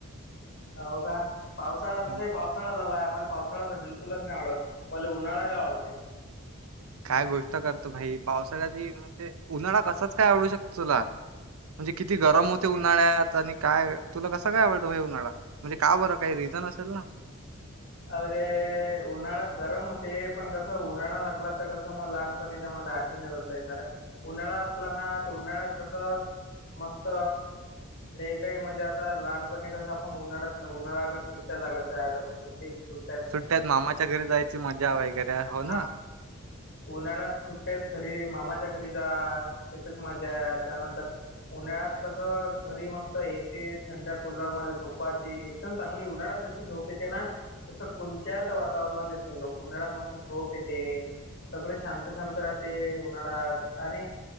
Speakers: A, on the left; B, on the right.
A: हो का पावसाळा
B: हम्म.
A: तसाही पावसाळा झाला आहे, मला पावसाळा तर बिलकुलच नाही आवडत. मला उन्हाळा लय आवडतोय.
B: काय गोष्ट करतो भाई पावसाळ्यात म्हणजे उन्हाळा कसाच काय आवडू शकतो तुला. म्हणजे किती गरम होते
A: नाही,
B: उन्हाळ्यात आणि काय तुला कसं काय आवडतं हे उन्हाळा म्हणजे का बरं काही रिझन असेल ना.
A: अरे उन्हाळ्यात गरम होते, पण कस उन्हाळा लागला तर कसं मग लहानपणी मला आठ जातय सार उन्हाळा असला ना तर उन्हाळ्यात तस मस्त लय काही मज्जा आता लहानपणी कस आपण उन्हाळ्याला उन्हाळाल्या सुट्या लागत जायच आता आपण सुट्ट <unintelligible>
B: सुट्यात मामाच्या घरी जायची मजा वगैरे हो
A: हा
B: ना.
A: उन्हाळ्यात सुट्ट्या आहेत तरी मामाच्या घरी जा. त्याच्यात मजा त्यानंतर उन्हाळ्यात कस घरी मस्त एसी थंड कूलर मध्ये झोपायची. चांगली उन्हाळ्यात जशी झोप ये ना तसं कोणत्याच वातावरणात येत नाही जो उन्हाळयात मस्त झोप येते. सगळे शांत शांत राहते उन्हाळात आणि